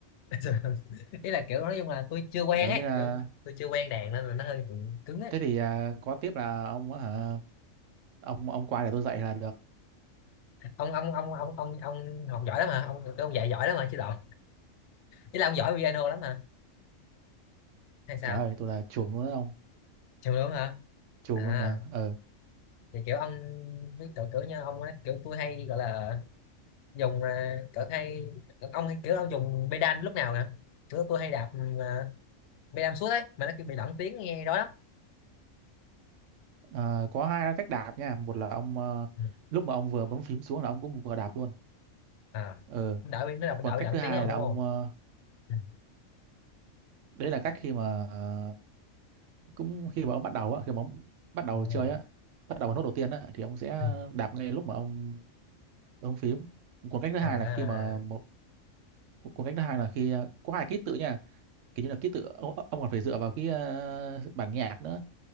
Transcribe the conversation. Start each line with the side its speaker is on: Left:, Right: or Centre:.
Left: <laughs> ý là kiểu nói chung là tôi chưa quen
Right: kiểu
Left: ấy
Right: như là
Left: kiểu tôi chưa quen đàn nên là nó hơi bị cứng ấy
Right: thế thì à, có tiếp là ông hả ông ông qua để tôi dạy là được
Left: ông ông ông ông ông ông học giỏi lắm hả ông ông dạy giỏi lắm hả chứ lộn ý là ông giỏi piano lắm hả hay sao
Right: trời ơi tôi là chuồng luôn đấy ông
Left: chưa đúng hả
Right: chuồng
Left: à
Right: luôn mà ờ
Left: thì kiểu ông với cỡ cỡ nha ông á kiểu tôi hay gọi là dùng à, cỡ hay ông hay kiểu ông dùng pedal lúc nào nè kiểu tôi hay đạp ừ, à, pedal suốt ấy mà nó kiểu bị lẫn tiếng nghe đó lắm
Right: à, có hai cách đạp nha một là ông ờ,
Left: Ừ.
Right: lúc mà ông vừa bấm phím xuống là ông cũng vừa đạp luôn
Left: à
Right: ờ
Left: nó đỡ bị nó đỡ,
Right: còn
Left: đỡ
Right: cách
Left: bị lẫn
Right: thứ hai
Left: tiếng hơn
Right: là
Left: đúng
Right: ông
Left: không
Right: ờ,
Left: ừ.
Right: đấy là cách khi mà ờ, cũng khi mà ông bắt đầu á khi mà ông bắt đầu
Left: Đúng
Right: chơi
Left: rồi.
Right: á bắt đầu vào nốt đầu tiên á thì ông sẽ
Left: Ừ.
Right: đạp ngay lúc mà ông bấm phím còn cách thứ hai
Left: à
Right: là khi mà một Cu- cuốn cách thứ hai là khi ờ, có hai ký tự nha kiểu như là ký tự ông, ông còn phải dựa vào cái ờ, bản nhạc nữa